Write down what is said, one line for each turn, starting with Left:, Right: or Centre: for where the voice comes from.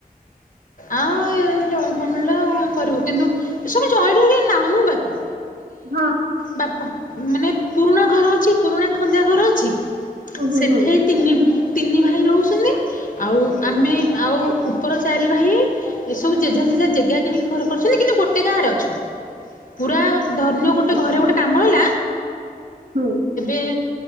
Left: ଆଉ ଜଏଣ୍ଟ ଫାମିଲ ତ କଣ କରିବୁ କିନ୍ତୁ ଏ ସବୁ ଜଏଣ୍ଟ ହେଇକି ନାହୁ ବାକି
Right: ହଁ।
Left: ବାପା ମାନେ ପୁରୁଣା ଘର ଅଛି ପୁରୁଣା ଖଞ୍ଜା ଘର ଅଛି
Right: ହୁଁ ହୁଁ
Left: ସେଠି
Right: ହୁଁ
Left: ତିନି ତିନି ଭାଇ ରହୁଛନ୍ତି ଆଉ
Right: ହୁଁ
Left: ଆମେ ଆଉ ଉ ଚାରି ଭାଇ ଏସବୁ ଜେଝା ଜେଝା ଜେଗା କିଣିକି ଘର କରିଛନ୍ତି କିନ୍ତୁ ଗୋଟେ ଗାଆଁ ରେ ଅଛନ୍ତି। ପୁରା ଧରିନିଅ ଗୋଟେ
Right: ଆଚ୍ଛା।
Left: ଘରେ ଗୋଟେ କାମ ହେଲା।
Right: ହୁଁ।
Left: ଏବେ